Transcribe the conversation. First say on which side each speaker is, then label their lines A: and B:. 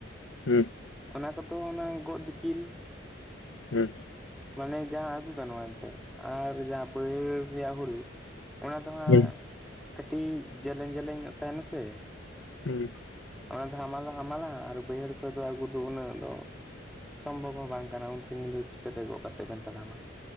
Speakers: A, on the left; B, in the centre.
A: ᱦᱩᱸ,
B: ᱚᱱᱟ ᱠᱚᱫᱚ ᱚᱱᱟ ᱜᱚᱜ ᱫᱤᱯᱤᱞ
A: ᱦᱩᱸ,
B: ᱢᱟᱱᱮ ᱡᱟᱦᱟᱸ ᱟᱹᱜᱩ ᱜᱟᱱᱚᱜ ᱮᱱᱛᱮᱜ ᱟᱨ ᱡᱟᱦᱟᱸ ᱵᱟᱹᱭᱦᱟᱹᱲ ᱨᱮᱭᱟᱜ ᱦᱩᱲᱩ ᱚᱱᱟ ᱫᱚ ᱦᱟᱸᱜ
A: ᱦᱩᱸ
B: ᱠᱟᱹᱴᱤᱡ ᱡᱮᱞᱮᱧ ᱡᱮᱞᱮᱧ ᱧᱚᱜ ᱛᱟᱦᱮᱸᱱᱟ ᱥᱮ?
A: ᱦᱩᱸ
B: ᱚᱱᱟ ᱫᱚ ᱦᱟᱢᱟᱞ ᱦᱚᱸ ᱦᱟᱢᱟᱞᱟ ᱟᱨ ᱵᱟᱹᱭᱦᱟᱹᱲ ᱠᱷᱚᱡ ᱫᱚ ᱟᱹᱜᱩ ᱫᱚ ᱩᱱᱟᱹᱜ ᱫᱚ ᱥᱚᱢᱵᱷᱚᱵ ᱦᱚᱸ ᱵᱟᱝ ᱠᱟᱱᱟ ᱩᱱ ᱥᱟᱹᱜᱤᱧ ᱫᱚ ᱪᱤᱠᱟᱹ ᱛᱮ ᱜᱚᱜ ᱠᱟᱛᱮ ᱵᱮᱱ ᱛᱟᱲᱟᱢᱟ᱾